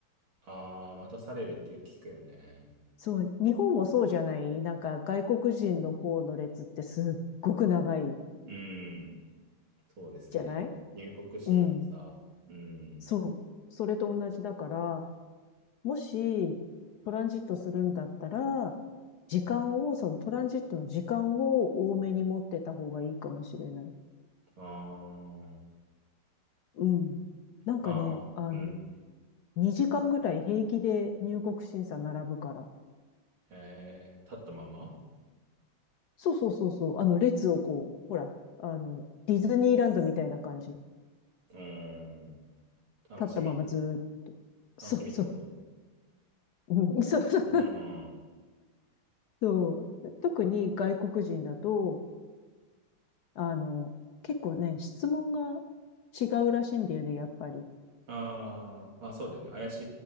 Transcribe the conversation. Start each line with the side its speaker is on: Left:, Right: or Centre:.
Right: あ、待たされるってよく聞くよね。
Left: そう、日本もそうじゃないなんか外国人の方の列ってすっごく長い
Right: うん。そうですね。
Left: じゃない
Right: 入国審査。
Left: うん。
Right: うん。
Left: そう。それと同じだから、もしトランジットするんだったら、時間を、そのトランジットの時間を多めに持ってた方がいいかもしれない。
Right: あー
Left: うん。なんかね、
Right: まあー、
Left: あの、
Right: うん。
Left: 2時間ぐらい平気で入国審査並ぶから。
Right: えー、立ったまま
Left: そうそうそうそう。あの、列をこう、ほら、あの、ディズニーランドみたいな感じ。立
Right: うん。楽しみ。
Left: ったままずーっと、そうそう。
Right: 楽しみってこと
Left: うん、そうそう。
Right: うん。
Left: そう特に外国人だと、あの、結構ね、質問が違うらしいんだよね、やっぱり。
Right: ああ、まあそうだよね。怪し